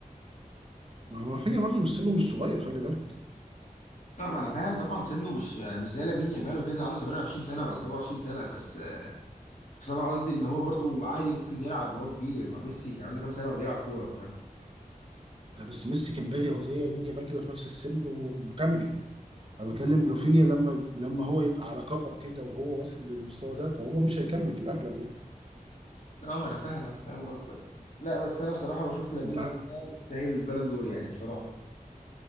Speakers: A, on the right (about 40°); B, on the left (about 55°).
A: ما هو رافينيا برضه مش سنه مش صغير خلي بالك
B: لا ما انا فاهم طبعا سنه مش مش زي لامين يامال وكده عنده 28 سنة ولا 27 سنة بس بس انا قصدي ان هو برضو عادي ممكن يلعب وهو كبير ما ميسي كان عنده كام سنه وبيلعب كوره فاهم
A: ده بس ميسي كان بادئ هو زي يمين يامال كده في نفس السن ومكمل انا بكلم رافينيا لما لما هو يبقى على كبر كده وهو واصل للمستوى ده فهو مش هيكمل في الاغلب يعني
B: اه ما انا فاهمك فاهم قصدك لا بس انا بصراحه بشوف لامين
A: انت عارف
B: يامال ده يستاهل البالون دور يعني بصراحه